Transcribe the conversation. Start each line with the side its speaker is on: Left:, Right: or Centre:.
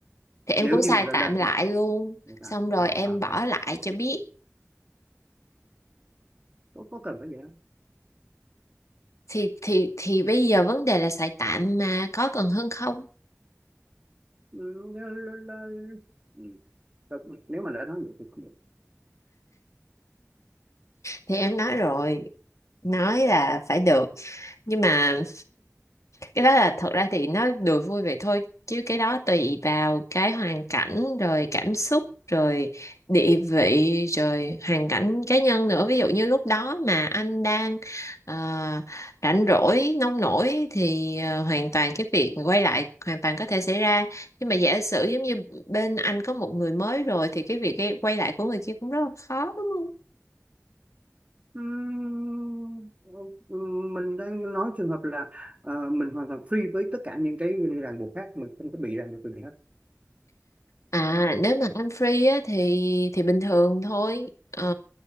Left: thì em
Right: nếu
Left: cũng
Right: như
Left: xài
Right: mà nó
Left: tạm
Right: đang
Left: lại
Right: không
Left: luôn
Right: không tạm
Left: xong rồi
Right: à,
Left: em
Right: à,
Left: bỏ
Right: à, à.
Left: lại cho biết
Right: Có, có cần phải vậy không
Left: thì thì thì bây giờ vấn đề là xài tạm mà có cần hơn không
Right: Ừ, nếu, là- là- ừ. Nếu mà đã nói vậy thì không
Left: thì em nói rồi nói là phải được nhưng mà cái đó là thật ra thì nó đùa vui vậy thôi chứ cái đó tùy vào cái hoàn cảnh rồi cảm xúc rồi địa vị rồi hoàn cảnh cá nhân nữa ví dụ như lúc đó mà anh đang ờ, rảnh rỗi nông nổi thì ờ, hoàn toàn cái việc quay lại hoàn toàn có thể xảy ra nhưng mà giả sử giống như bên anh có một người mới rồi thì cái việc quay lại của người kia cũng rất là khó đúng không
Right: Ừm, mình đang nói trường hợp là ờ, mình hoàn toàn free với tất cả những cái ràng buộc khác mình không có bị ràng buộc về gì hết
Left: À nếu mà ăn free á, thì thì bình thường thôi. Ờ,